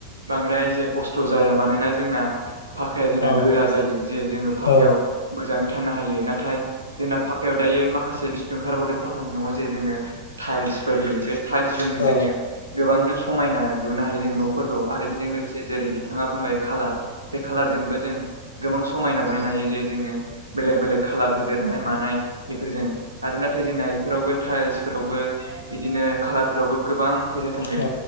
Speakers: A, on the right; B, on the left.
A: बांद्राय जे खस्थ' जाया मानोना जोंना फाक्काया जोंना
B: औ
A: गोरा जायो जे जोंङो फाक्कायाव
B: औ
A: मोजांङै थानो हायो नाथाय जोंना फाक्कायाव दायो माखासे बिस्थु ओंखारबावदों फाक्कानि न'आव जे जोंङो टाइल्सफोर होयो बे टाइल्सजों
B: औ
A: जोंङो गोबांनो समायना लुनो हायो जों न' फोरगौ आरो बेजों लोगोसे जेरै थांङा बुंबाय खालार बे खालारजोंबो जों गोबां समायना बनायनो हायो जे जोंङो बेलेक बेलेक खालार होदेरनाय मानाय बेफोरजों आरो नाथाय जोंना ब इफोरावबो टाइल्सफोरावबो बिदिनो खालारफोरावबो गोबां फैसा थांङो
B: औ